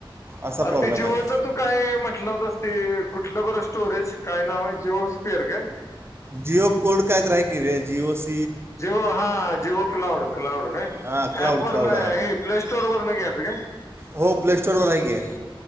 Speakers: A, on the right (about 30°); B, on the left (about 35°).
A: असा प्रॉब्लेम
B: आरं ते जीओचं
A: आहे
B: तू काय म्हटलं हुतंस ते कुठलं बरं स्टोरेज काय नाव आहे जिओ स्पिअर काय?
A: जिओ कोड काही तर हाय की र जिओस
B: जिओ हा जिओ क्लाउड क्लाउड काय
A: हां क्लाउड
B: ऍप वरण
A: क्लाउड हां
B: हे प्ले स्टोअर वरन घ्याचं काय.
A: हो प्लेस्टोअर वर हाय की.